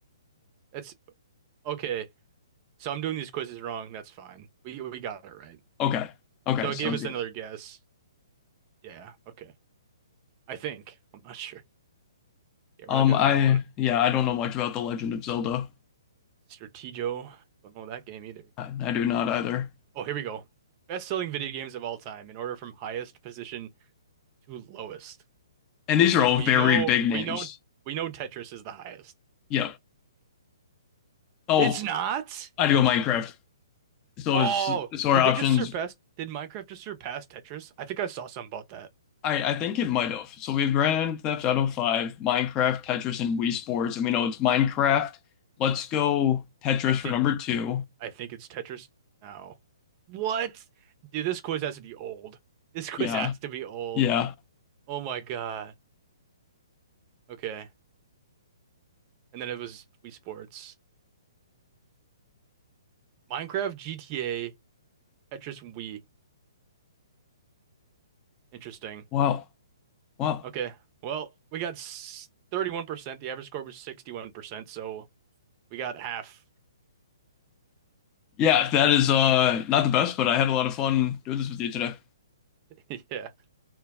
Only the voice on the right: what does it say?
That's okay. So I'm doing these quizzes wrong. That's fine. We we got it right.
So
it gave us
another guess. Yeah, okay. I think. I'm not sure. Yeah, we're
not doing
that one.
Stratego. Don't know that game either.
Oh, here we go. Best-selling video games of all time in order from highest position to lowest.
So
we
know
we know we know Tetris is the highest.
It's not?
Oh,
did
they just surpass did Minecraft just surpass Tetris? I think I saw something about that.
I think
I think it's Tetris now. What? Dude, this quiz has to be old. This quiz
has to be old.
Oh my God. Okay. And then it was Wii Sports. Minecraft, GTA, Tetris, and Wii. Interesting.
Okay. Well, we got s- 31%. The average score was 61%, so we got half.
<laughs> Yeah. <laughs>